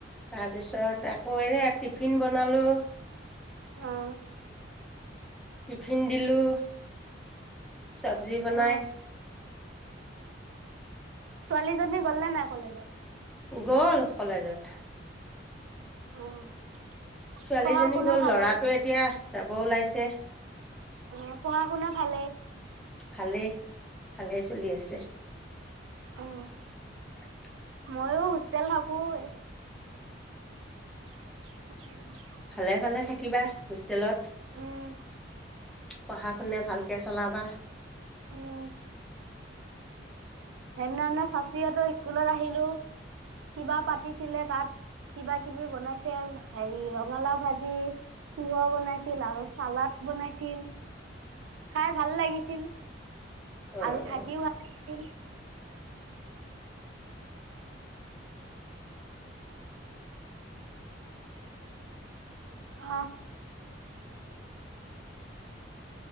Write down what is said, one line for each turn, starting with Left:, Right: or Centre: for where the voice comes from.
Centre: তাৰপিছত আকৌ এইয়া টিফিন বনালো।
Right: অ'।
Centre: টিফিন দিলো চবজি বনাই।
Right: অ ছোৱালীজনী গ'লে নাই কলেজত।
Centre: গ'ল কলেজত।
Right: অ'।
Centre: ছোৱালীজনী
Right: পঢ়া শুনা
Centre: গ'ল,
Right: ভালেই
Centre: ল'ৰাটো এতিয়া যাব ওলাইছে।
Right: অ' পঢ়া-শুনা ভালেই।
Centre: ভালেই, ভালে চলি আছে।
Right: অ'।
Centre: <inaudible>
Right: মইয়ো হোস্তেল থাকো এ' <unintelligible>
Centre: ভালে, ভালে থাকিবা হোষ্টেলত,
Right: উম,
Centre: পঢ়া-শুনা ভালকে চলাবা।
Right: উম'। সেইদিনাখনে চাচিহঁতৰ স্কুলত আহিলো কিবা পাতিছিলে, তাত কিবা কিবি বনাইছিল, হেৰি ৰঙালাও ভাজি, তিহঁহ বনাইছিল আৰু চালাড বনাইছিল। খাই ভাল লাগিছিল।
Centre: উম
Right: আৰু থাকিও ভাল লগিছিল। অ'।